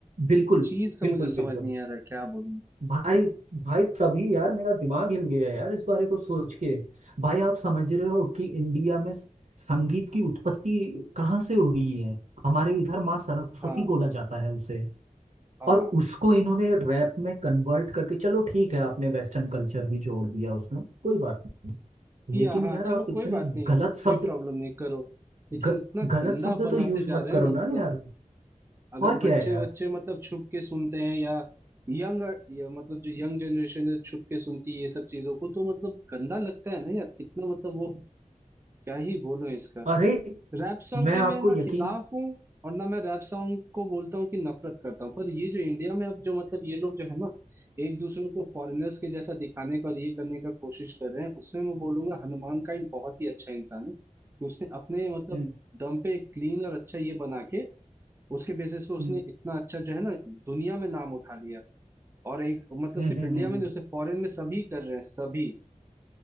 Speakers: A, on the right; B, on the right.
A: बिल्कुल
B: चीज का
A: बिल्कुल
B: मुझे समझ
A: बिल्कुल
B: नहीं आ रहा है क्या बोलूं
A: भाई भाई तभी यार मेरा दिमाग हिल गया यार इस बारे को सोच के भाई आप समझ रहे हो कि इंडिया में स- संगीत की उत्पत्ति कहाँ से हुई है हमारे इधर माँ सरस्वती
B: हाँ
A: बोला जाता है उसे
B: हाँ
A: और उसको इन्होंने रैप में कन्वर्ट करके चलो ठीक है आपने वेस्टर्न कल्चर भी जोड़ दिया उसमें कोई बात नहीं
B: किया
A: लेकिन
B: हाँ
A: यार
B: चलो
A: आप इतने
B: कोई बात नहीं
A: गलत
B: कोई
A: शब्द
B: प्रॉब्लम नहीं करो लेकिन
A: ग,
B: इतना
A: गलत
B: गंदा
A: शब्द
B: बनाते
A: तो यूज
B: जा
A: मत
B: रहे
A: करो
B: हैं मतलब
A: ना यार
B: अगर
A: और
B: बच्चे
A: क्या है यार
B: बच्चे मतलब छुप के सुनते हैं या यंग या मतलब जो यंग जनरेशन है छुप के सुनती है ये सब चीजों को तो मतलब गंदा लगता है ना यार कितना मतलब वो क्या ही बोलूं इसका
A: अरे
B: रैप सॉन्ग
A: मैं
B: के
A: आपको
B: मैं ना
A: यकीन
B: खिलाफ हूँ और ना मैं रैप सॉन्ग को बोलता हूँ कि नफरत करता हूँ पर ये जो इंडिया में अब जो मतलब ये लोग जो है ना एक दूसरे को फॉरेनर्स के जैसा दिखाने का और ये करने का कोशिश कर रहे हैं उसमें मैं बोलूंगा हनुमान काइंड बहुत ही अच्छा इंसान है कि उसने अपने मतलब
A: हम्म
B: दम पे एक क्लीन और अच्छा ये बना के उसके बेसिस पे उसने
A: हम्म
B: इतना अच्छा जो है ना दुनिया में नाम उठा लिया और एक मतलब
A: हम्म
B: सिर्फ
A: हम्म
B: इंडिया
A: हम्म
B: में
A: हम्म।
B: नहीं उसे फॉरेन में सभी कर रहे हैं सभी